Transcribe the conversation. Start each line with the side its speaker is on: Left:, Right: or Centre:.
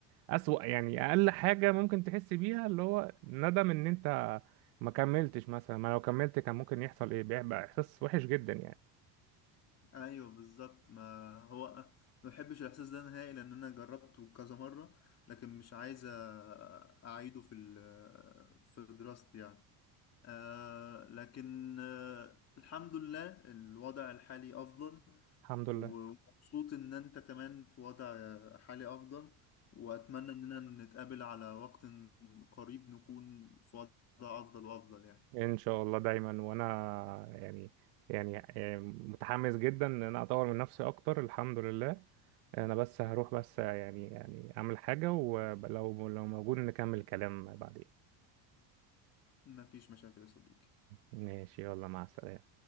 Right: اسوأ يعني اقل حاجه ممكن تحس بيها اللي هو ندم ان انت ما كملتش مثلا ما لو كملت كان ممكن يحصل ايه بيبقى احساس وحش جدا يعني
Left: ايوه بالظبط ما هو ما بحبش الاحساس ده نهائي لان انا جربته كذا مره لكن مش عايز أ- اعيده في ال- في دراستي يعني آه لكن آه الحمد لله الوضع الحالي افضل
Right: الحمد لله
Left: ومبسوط ان انت كمان في وضع حالي افضل واتمنى اننا نتقابل على وقت قريب نكون في وضع افضل وافضل يعني
Right: ان شاء الله دايما وانا يعني يعني يعني متحمس جدا ان انا اطور من نفسي اكتر الحمد لله انا بس هروح بس يعني يعني اعمل حاجة ولو لو موجود نكمل الكلام بعدين
Left: مفيش مشاكل يا صديقي
Right: ماشي يلا مع السلامة